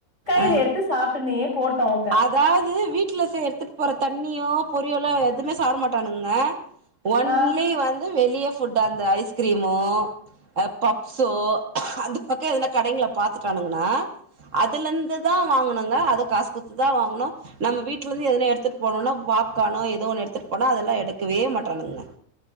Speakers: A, on the left; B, on the right.
A: கைல
B: ஆ.
A: எடுத்து சாப்புட்னே போட்டு அவுங்
B: அதாவது வீட்ல செய் எடுத்துட்டு போற தண்ணியோ பொரியலோ எதுமே சாப்ட மாட்டானுங்க ஒன்லி
A: ஆ
B: வந்து வெளிய ஃபுட் அந்த ஐஸ்கிரீமோ அ பப்சோ அந்த பக்க எதனா கடைங்கள பாத்துட்டானுங்கனா அதுல இருந்து தா வாங்கனுங்க அதும் காசு குடுத்து தா வாங்கனு நம்ம வீட்ல இருந்து எதுனா எடுத்துட்டு போனோனா பாப்கானோ எதோ ஒன்னு எடுத்துட்டு போனா அதெல்லா எடுக்கவே மாட்றானுங்க